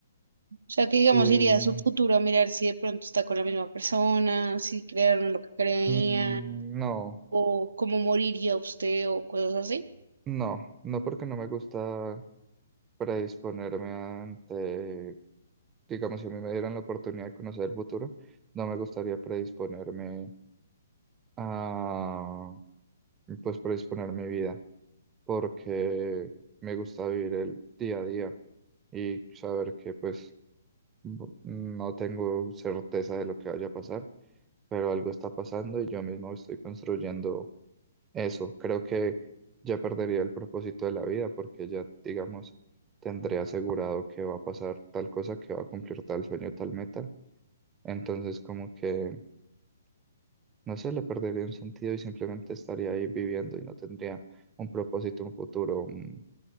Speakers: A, on the right (about 60°); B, on the right (about 15°).
A: O sea, que
B: Sí,
A: digamos,
B: mm,
A: iría a su futuro a mirar si de pronto está con la misma persona, si crearon lo que creían,
B: no,
A: o cómo moriría usted, o cosas así.
B: no, no porque no me gusta predisponerme ante, digamos, si a mí me dieran la oportunidad de conocer el futuro, no me gustaría predisponerme a y, pues predisponer mi vida, porque me gusta vivir el día a día y saber que pues b- no tengo certeza de lo que vaya a pasar, pero algo está pasando y yo mismo estoy construyendo eso. Creo que ya perdería el propósito de la vida porque ya, digamos, tendré asegurado que va a pasar tal cosa, que va a cumplir tal sueño, tal meta. Entonces, como que No sé, le perdería un sentido y simplemente estaría ahí viviendo y no tendría un propósito, un futuro, un,